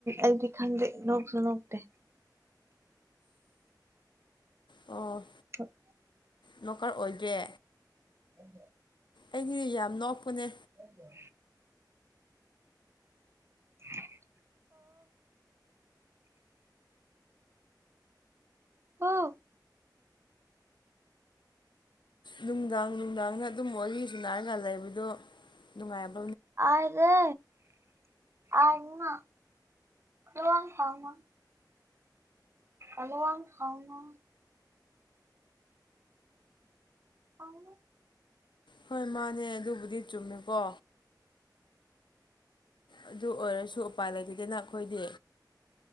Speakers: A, on the right; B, on the left.
A: ꯑꯩꯗꯤ ꯈꯪꯗꯦ ꯅꯣꯛꯁꯨ ꯅꯣꯛꯇꯦ
B: ꯑꯣ
A: <unintelligible>
B: ꯅꯔꯀꯥꯔ ꯑꯣꯏꯗ꯭ꯔꯦ
A: ꯎꯝ
B: ꯑꯩꯗꯤ ꯌꯥꯝ ꯅꯣꯛꯄꯅꯦ
A: ꯑꯣ <unintelligible> ꯍ‌ꯣ
B: ꯅꯨꯡꯗꯥꯡ ꯅꯨꯡꯗꯥꯡꯅ ꯑꯗꯨꯝ ꯋꯥꯔꯤ ꯁꯨꯅꯥꯔꯀꯥꯟ ꯂꯩꯕꯗꯣ ꯅꯨꯡꯉꯥꯏꯕ
A: ꯑꯗꯦ ꯑꯃꯥ ꯑꯂ ꯊꯥꯎ ꯑꯂ ꯋꯥ ꯊꯥꯎꯅꯥ ꯑꯥ
B: ꯍꯣꯏ ꯃꯥꯅꯦ ꯑꯗꯨꯕꯨꯗꯤ ꯆꯨꯝꯃꯦꯀꯣ ꯑꯗꯨ ꯑꯣꯏꯔꯁꯨ ꯎꯄꯥꯏ ꯂꯩꯇꯗꯅ ꯑꯩꯈꯣꯏꯗꯤ